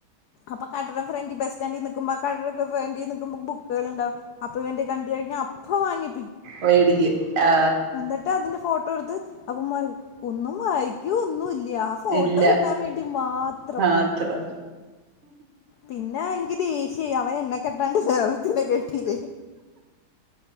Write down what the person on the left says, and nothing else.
അപ്പം കടന്റെ ഫ്രണ്ട് ബസ്റ്റൻഡിൽ നിക്കുമ്പോൾ കടന്റെ ഫ്രണ്ടി നിക്കുമ്പോ ബുക്ക് ക്കുകൾണ്ടാവും അപ്പൊ ഇവന്റെ കണ്ടു കഴിഞ്ഞ അപ് പ്പോവാങ്ങി
എന്നിട്ട് അതിന്റെ ഫോട്ടോ എടുത്ത് അപ്പൊ പറയും ഒന്നും വായിക്കൊ ല്ല ആ ഫോട്ടോ
കിട്ടാൻ വേണ്ടി മാത്രം
പിന്നെ എനിക്ക് ദേഷ്യായി അവൻ എന്നെ കെട്ടാണ്ട് വേറെ കെട്ടിയില്ലേ